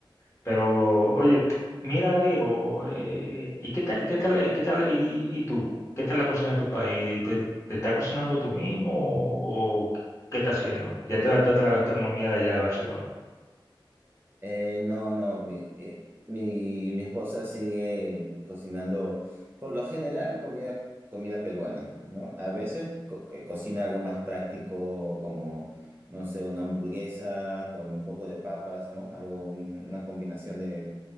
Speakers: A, on the left; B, on the right.
A: Pero oye, mira Diego, eh, ¿y qué tal, y qué tal, y qué tal, y, y tú? ¿Qué tal la cocina de tu país? ¿Te, te está cocinando tú mismo o, qué estás haciendo? Ya te adaptaste a la gastronomía de allá de Barcelona.
B: Eh, no, no, mi, eh, mi, mi esposa sigue cocinando, por lo general, comida, comida peruana, ¿no? A veces co- eh, cocina algo más práctico, como, no sé, una hamburguesa con un poco de papas, ¿no? Algo, un- una combinación de,